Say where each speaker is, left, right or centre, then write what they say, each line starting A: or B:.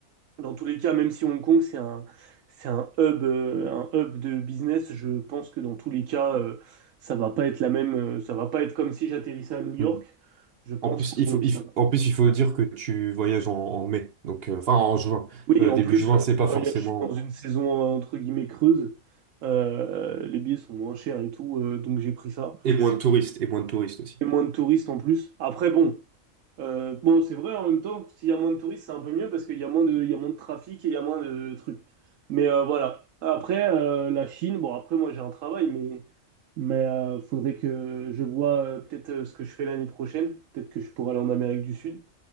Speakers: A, on the right; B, on the right.
A: Dans tous les cas, même si Hong Kong, c'est un, c'est un hub, euh, un hub de business, je pense que dans tous les cas, euh, ça va pas être la même, euh, ça va pas être comme si j'atterrissais à New York.
B: Hmm.
A: Je pense
B: En plus,
A: que
B: il
A: bon,
B: faut,
A: ça
B: il faut-
A: va.
B: en plus, il faut dire que tu voyages en, en mai, donc euh, enfin en juin.
A: Oui,
B: Euh,
A: et en
B: début
A: plus,
B: juin,
A: euh,
B: c'est
A: je
B: pas forcément.
A: voyage dans une saison euh, entre guillemets creuse. Euh, les billets sont moins chers et tout, euh, donc j'ai pris ça.
B: Et moins de touristes, et moins de touristes aussi.
A: Et moins de touristes en plus. Après, bon. Euh, bon, c'est vrai, en même temps, s'il y a moins de touristes, c'est un peu mieux parce qu'il y a moins de, il y a moins de trafic et il y a moins de trucs. Mais euh, voilà. Après, euh, la Chine, bon, après, moi, j'ai un travail, mais, mais euh, faudrait que je vois euh, peut-être euh, ce que je fais l'année prochaine. Peut-être que je pourrais aller en Amérique du Sud.